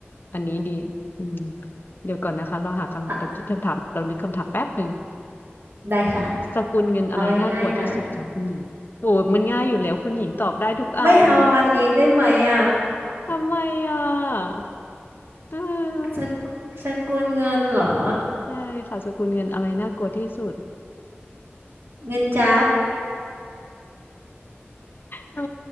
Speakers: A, on the left; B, on the right.
A: อันนี้ดีอืมเดี๋ยวก่อนนะคะเราหาคำเราคิดคำถามเรานึกคำถามแป๊บหนึ่ง
B: อ่ะได้ค่ะ
A: สกุลเงินอะไรน่ากลัวที่สุดคะคุณหญิงโอ้มันง่ายอยู่แล้วคุณหญิงตอบได้ทุกอัน
B: เอาง่ายๆนะ ไม่เอาอันนี้ได้ไหมอ่ะ <laughs>
A: ทำไมอ่ะเออ
B: สกุสกุลเงินเหรอ
A: ใช่ค่ะสกุลเงินอะไรน่ากลัวที่สุด
B: เงินจัด
A: เออ